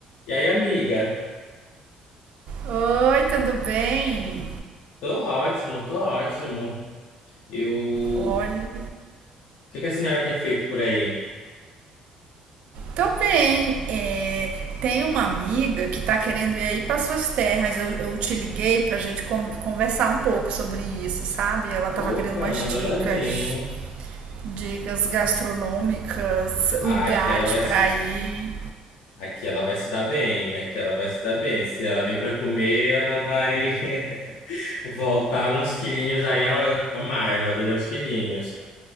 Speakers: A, on the left; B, on the right.
A: E aí, amiga?
B: Oi, tudo bem?
A: Tô ótimo, tô ótimo. Eu... O
B: Olha,
A: que que a senhora tem feito por aí?
B: tô bem. É, tem uma amiga que tá querendo ir aí para suas terras. Eu, eu te liguei pra gente con- conversar um pouco sobre isso, sabe? Ela tava
A: Opa,
B: querendo umas
A: manda
B: dicas,
A: ela vir.
B: dicas gastronômicas,
A: Ah,
B: lugares
A: aqui ela vai
B: pra
A: se...
B: ir.
A: Aqui ela vai se dar bem, aqui ela vai se dar bem. Se ela vem pra comer, ela vai <laughs> voltar uns quilinhos aí a, a mais, vai ganhar uns quilinhos.